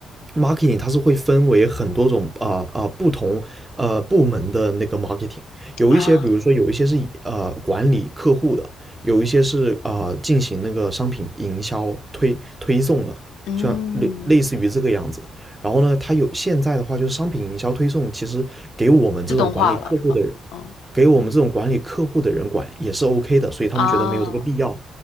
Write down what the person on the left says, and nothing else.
啊，
嗯，
自动化了是吗？嗯
啊